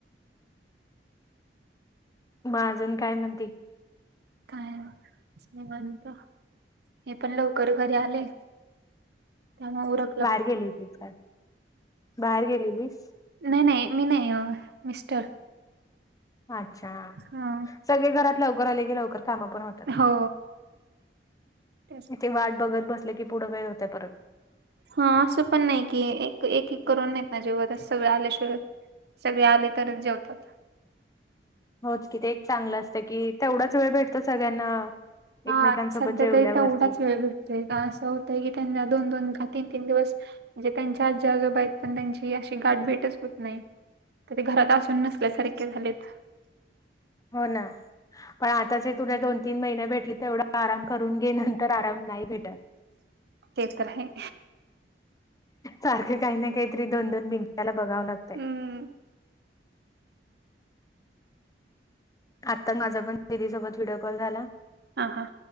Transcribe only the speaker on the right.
काय नाही निवांत हे पण लवकर घरी आले काम उरक
नाही नाही मी नाही ओ मिस्टर
ह
हो तेच
हा असं पण नाही कि एक एक करून नाहीत ना जेवत सगळं आल्याशिवाय सगळे आले तरच जेवतात
हा
सध्या
तरी तेवढाच वेळ भटतोय का असं होतंय की त्यांना दोन दोन का तीन तीन दिवस म्हणजे त्यांच्या आजी आजोबा आहेत पण त्यांची अशी गाठभेटच होत नाही ते घरात असून नसल्यासारखे झालेत
ते तर आहे
हम्म
हा हा